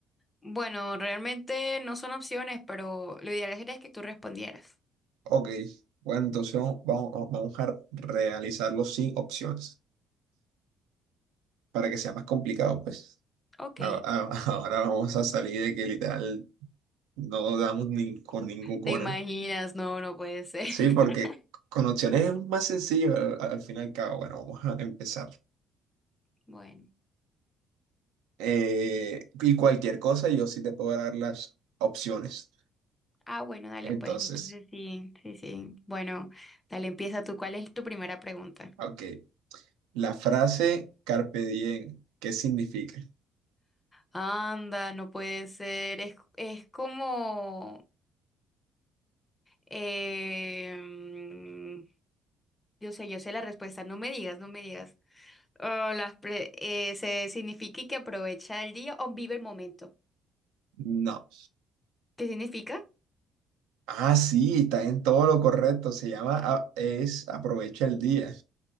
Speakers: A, on the left; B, on the right.
A: Bueno, realmente no son opciones, pero lo ideal sería que tú respondieras.
B: Ok, bueno, entonces vamos, vamos- vamos a realizarlo sin opciones para que sea más complicado, pues.
A: Ok.
B: A- a- <laughs> Ahora vamos a salir de que literal no damos ni con ningún cona.
A: ¿Te imaginas? No, no puede ser.
B: Sí,
A: <laughs>
B: porque con opciones es más sencillo al, al fin y al cabo. Bueno, vamos a empezar.
A: Bueno.
B: Eh, y cualquier cosa yo sí te puedo dar las opciones.
A: Ah, bueno, dale,
B: Entonces,
A: pues entonces sí, sí, sí. Bueno, dale, empieza tú. ¿Cuál es tu primera pregunta?
B: ok, la frase carpe diem, ¿qué significa?
A: Anda, no puede ser. Es, es como... em, Yo sé, yo sé la respuesta. No me digas, no me digas. Oh, las pre- eh, se significa que aprovecha el día o vive el momento.
B: No.
A: ¿Qué significa?
B: Ah, sí, está en todo lo correcto. Se llama, a- es Aprovecha el día.